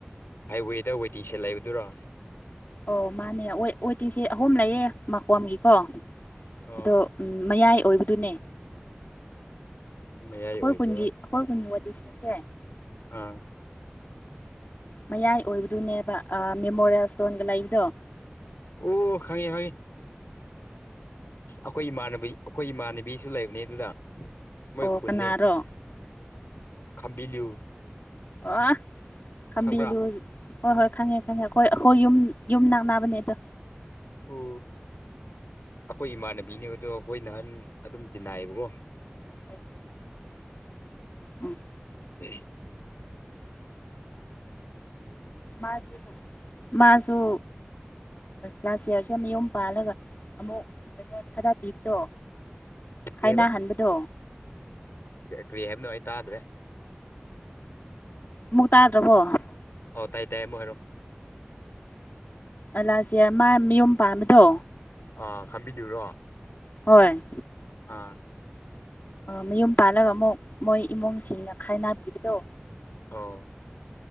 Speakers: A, on the left; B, on the left.
A: ꯍꯥꯏꯋꯦꯗ ꯋꯦꯇ ꯁꯠ ꯂꯩꯕꯗꯨꯔꯣ
B: ꯑꯣ ꯃꯥꯅꯦ ꯑꯣꯏ ꯇꯤꯡꯁꯦꯠ ꯑꯍꯨꯝ ꯂꯩꯌꯦ ꯃꯈꯀꯣꯝꯒꯤꯀꯣ
A: ꯑꯣ
B: ꯑꯗꯣ ꯎꯝ ꯃꯌꯥꯏ ꯑꯣꯏꯕꯗꯨꯅꯦ
A: ꯃꯌꯥꯏ
B: ꯑꯩꯈꯣꯏ
A: ꯑꯣꯏꯕ꯭ꯔꯣ
B: ꯀꯨꯟꯒꯤ ꯑꯩꯈꯣꯏ ꯀꯨꯟꯒꯤ ꯃꯇꯦꯛꯁꯤꯡꯁꯦ
A: ꯑꯥ
B: ꯃꯌꯥꯏ ꯑꯣꯏꯕꯗꯨꯅꯦꯕ ꯃꯦꯃꯣꯔꯤꯌꯦꯜ ꯁ꯭ꯇꯣꯟꯒ ꯂꯩꯕꯗꯣ
A: ꯑꯣ ꯍꯪꯉꯦ ꯍꯪꯉꯦ ꯑꯩꯈꯣꯏ ꯏꯃꯥꯟꯅꯕꯤ ꯑꯩꯈꯣꯏ ꯏꯃꯥꯟꯅꯕꯤꯁꯨ ꯂꯩꯕꯅꯦ ꯑꯗꯨꯗ ꯃꯣꯏ
B: ꯑꯣ
A: ꯍꯣꯟꯅ
B: ꯀꯅꯥꯔꯣ
A: ꯈꯝꯕꯤꯂꯤ
B: ꯑ ꯈꯝꯕꯤ
A: ꯈꯪꯕ꯭ꯔꯥ
B: ꯂꯨ ꯍꯣꯏ ꯍꯣꯏ ꯈꯪꯉꯦ ꯈꯪꯉꯦ ꯑꯩꯈꯣꯏ ꯑꯩꯈꯣꯏ ꯌꯨꯝ ꯌꯨꯝ ꯛꯅꯕꯅꯦ ꯑꯗꯣ
A: ꯑꯣ ꯑꯩꯈꯣꯏ ꯏꯃꯥꯟꯅꯕꯤꯅꯦꯕ ꯑꯗꯣ ꯑꯩꯈꯣꯏ ꯅꯍꯥꯟ ꯑꯗꯨꯝ ꯇꯤꯟꯅꯏꯌꯦꯕꯀꯣ
B: ꯎ ꯑꯣ
A: ꯍ
B: ꯃꯥꯁꯨ ꯃꯥꯁꯨ ꯂꯥꯁ ꯌꯌꯥꯔꯁꯦ ꯃꯌꯣꯨꯝ ꯄꯥꯜꯂꯒ ꯑꯃꯨꯛ ꯀꯩꯅꯣ ꯈꯔ ꯄꯤꯕꯗꯣ
A: ꯀꯔꯤ
B: ꯊꯥꯏꯅꯍꯟꯕꯗꯣ
A: ꯍꯥꯏꯕ ꯀꯔꯤ ꯍꯥꯏꯕꯅꯣꯉ ꯑꯩ ꯇꯥꯗ꯭ꯔꯦ
B: ꯃꯨꯛ ꯇꯥꯗ꯭ꯔꯕꯣ
A: ꯑꯧ ꯇꯥꯏ ꯇꯥꯏꯌꯦ ꯃꯕꯨꯣꯏ ꯍꯥꯏꯔꯣ
B: ꯑꯂꯥꯁꯤꯌꯥ ꯃꯥ ꯃꯤꯌꯨꯝ ꯄꯥꯝꯕꯗꯣ
A: ꯑꯥ ꯈꯝꯕꯤꯗꯨꯔꯣ
B: ꯍꯣꯏ
A: ꯑꯥ
B: ꯃꯌꯨꯝ ꯄꯥꯜꯂꯒ ꯑꯃꯨꯛ ꯃꯣꯏ ꯏꯃꯨꯡꯁꯤꯡꯅ ꯈꯥꯏꯅꯕꯤꯕꯗꯣ
A: ꯑꯥꯎ